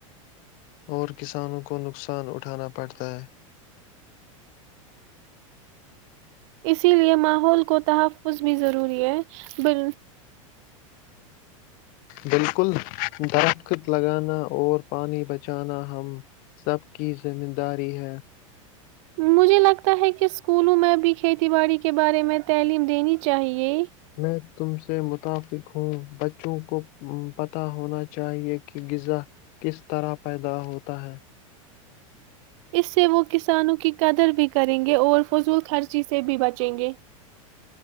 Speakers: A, on the left; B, on the right.
A: اور کسانوں کو نقصان اٹھانا پڑتا ہے
B: اسی لیے ماحول کو تحفظ بھی ضروری ہے ب
A: بالکل دخت لگانا اور پانی بچانا ہم سب کی ذمہ داری ہے
B: مجھے لگتا ہے کہ اسکولوں میں بھی کھیتی باڑی کے بارے میں تعلیم دینی چاہیے
A: میں تم سے متفق ہوں بچوں کو پتہ ہونا چاہیے کہ غذا کس طرح پیدا ہوتا ہے
B: اس سے وہ کسانوں کی قدر بھی کریں گے اور فضول خرچی سے بھی بچیں گے